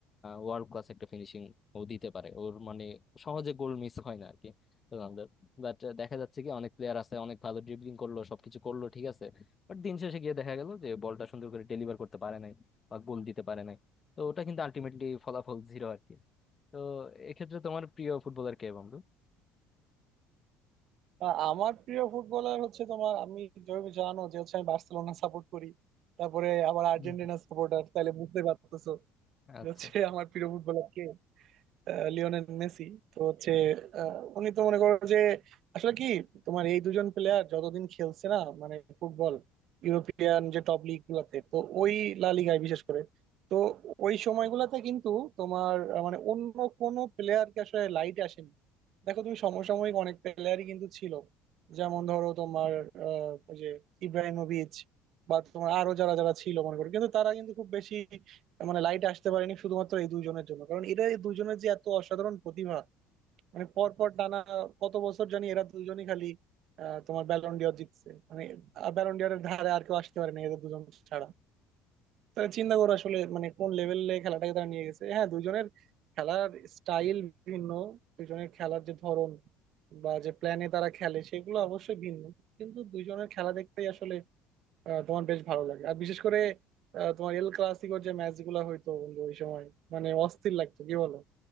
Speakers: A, on the left; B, on the right.
A: ওয়ার্ল্ড ক্লাস একটা ফিনিশিং ও দিতে পারে ওর মানে সহজে গোল মিস হয় না আর কি রোনালদোর বাট দেখা যাচ্ছে কি অনেক প্লেয়ার আছে অনেক ভালো ড্রিবলিং করলো সবকিছু করলো ঠিক আছে বাট দিন শেষে গিয়ে দেখা গেল যে বলটা সুন্দর করে ডেলিভার করতে পারে নাই বা গোল দিতে পারে নাই তো ওটা কিন্তু আলটিমেটলি ফলাফল জিরো আর কি তো এক্ষেত্রে তোমার প্রিয় ফুটবলার কে বন্ধু
B: আ- আমার প্রিয় ফুটবলার হচ্ছে তোমার আমি যেভাবে জানো যে হচ্ছে আমি বার্সেলোনা সাপোর্ট করি তারপরে আবার আর্জেন্টিনা
A: হুম, হুম।
B: সাপোর্টার তাহলে বুঝতে পারতেছো
A: আচ্ছা
B: যে হচ্ছে আমার প্রিয় ফুটবলার কে আহ, লিওনেল মেসি তো হচ্ছে আহ, উনি তো মনে করো যে আসলে কি তোমার এই দুজন প্লেয়ার যতদিন খেলছে না মানে ফুটবল ইউরোপিয়ান যে টপ লিগ গুলাতে তো ওই লা লিগায় বিশেষ করে তো ওই সময়গুলাতে কিন্তু তোমার আহ, মানে অন্য কোনো প্লেয়ারকে আসলে লাইট আসেনি দেখো তুমি সমসাময়িক অনেক প্লেয়ারই কিন্তু ছিল যেমন ধরো তোমার আহ, ওই যে ইব্রাহিমোভিচ বা তোমার আরো যারা যারা ছিল মনে করো কিন্তু তারা কিন্তু খুব বেশি মানে লাইট আসতে পারেনি শুধুমাত্র এই দুইজনের জন্য কারণ এরা এই দুইজনের যে এত অসাধারণ প্রতিভা মানে পর পর টানা কত বছর জানি এরা দুজনই খালি আহ, তোমার ব্যালন ডিওর জিতছে মানে ব্যালন ডিওরের ধারে আর কেউ আসতে পারে না এদের দুজন ছাড়া তাহলে চিন্তা করো আসলে মানে কোন লেভেলে খেলাটাকে তারা নিয়ে গেছে হ্যাঁ দুইজনের খেলার স্টাইল ভিন্ন দুইজনের খেলার যে ধরন বা যে প্ল্যানে তারা খেলে সেগুলো অবশ্যই ভিন্ন কিন্তু দুইজনের খেলা দেখতেই আসলে আহ, তোমার বেশ ভালো লাগে আর বিশেষ করে আহ, তোমার এল ক্লাসিকোর যে ম্যাচ গুলা হইতো বন্ধু ওই সময় মানে অস্থির লাগতো কি বলো